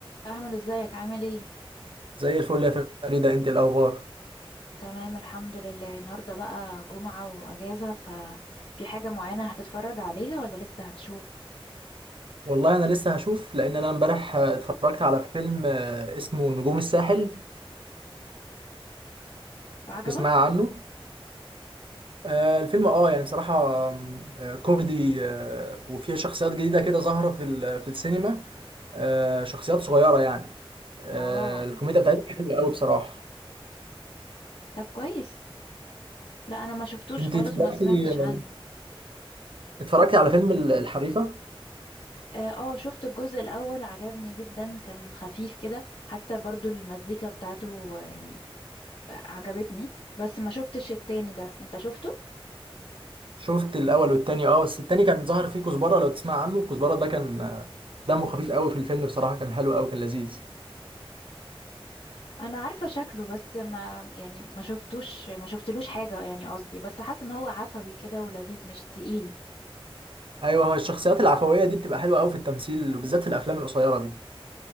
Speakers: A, on the left; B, on the right.
A: احمد ازيك عامل ايه
B: زي الفل يا فريدة انت الاخبار
A: تمام الحمد لله النهارده بقى جمعة واجازة ففي حاجة معينة هتتفرج عليها ولا لسه هتشوف
B: والله انا لسه هشوف لان انا امبارح آه، اتفرجت على فيلم آه، اسمه نجوم الساحل
A: عجبك
B: تسمع عنه آه، الفيلم اه يعني بصراحة آه، كوميدي آه، وفيه شخصيات جديدة كده ظاهرة في ال- في السينما آه، شخصيات صغيرة يعني آه،
A: اه
B: الكوميديا بتاعتها حلوة قوي بصراحة
A: طب كويس لا انا ما شفتوش
B: انت
A: خالص
B: اتفرجتي
A: ما سمعتش عنه
B: اتفرجتي على فيلم ال- الحريفة
A: اه آه، شفت الجزء الاول عجبني جدا كان خفيف كده حتى برضو المزيكا بتاعته آه، يعني عجبتني بس ما شفتش التاني ده انت شفته
B: شفت الاول والتاني اه بس التاني كان ظاهر فيه كزبرة لو تسمع عنه الكزبرة ده كان آه، دمه خفيف قوي في الفيلم بصراحة كان حلو قوي كان لذيذ
A: انا عارفه شكله بس ما يعني ما شفتوش ما شفتلوش حاجه يعني قصدي بس حاسه ان هو عفوي كده ولذيذ مش تقيل
B: ايوه هو الشخصيات العفويه دي بتبقى حلوه قوي في التمثيل وبالذات في الافلام القصيره دي